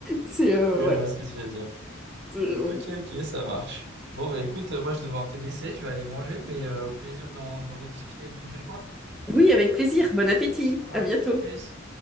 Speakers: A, in the centre; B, on the right (about 60°).
A: c'est, euh,
B: Je
A: voilà.
B: vois ce que tu veux dire.
A: Euh,
B: Ok, ok, ça marche. Bon, bah écoute, euh, moi je vais devoir te laisser, je vais aller manger, mais euh, au plaisir d'en d'en rediscuter une prochaine fois.
A: Oui, avec plaisir. Bon appétit.
B: Ça marche.
A: À bientôt.
B: Plus.